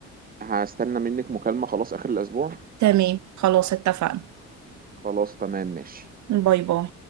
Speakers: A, on the right; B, on the right.
A: هستنى منك مكالمة خلاص آخر الأسبوع
B: تمام خلاص اتفقنا
A: خلاص تمام ماشي
B: باي باي